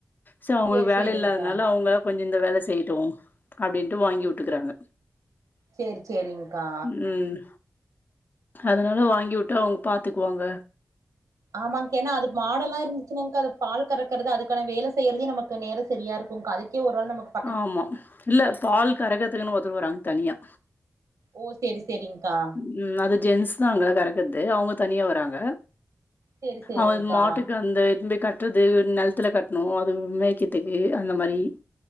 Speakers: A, on the left; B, on the right.
A: சோ அவுங்களுக்கு
B: செரி
A: வேல
B: செரிங்க்கா
A: இல்லாதனால அவுங்க கொஞ்ச இந்த வேல செய்யட்டு அப்டின்ட்டு வாங்கி உட்டுக்குறாங்க
B: சேரி செரிங்க்கா
A: ம் அதனால வாங்கி உட்டா அவுங்க பாத்துக்வாங்க
B: ஆமாங்க்கா ஏனா அது மாடெல்லா இருந்துச்சுன்னாங்க்கா அது பால் கறக்கறது அதுக்கான வேல செய்யறதே நமக்கு நேரோ சரியா இருக்குங்க்கா அதுக்கே ஒரு ஆள் நமக்
A: ஆமா இல்ல பால் கறக்கற்துக்குனு ஒதவுறாங் தனியா
B: ஓ சேரி சேரிங்க்கா
A: ம் அது ஜென்ஸ் தா அங்க கறக்கற்து அவுங்க தனியா வராங்க
B: சேரி சேரிங்க்கா
A: அவுங் மாட்டுக்கு வந்து இந்த கட் றது நெல்த்துல கட்ணு அது மேக்கிறத்துக்கு அந்த மாரி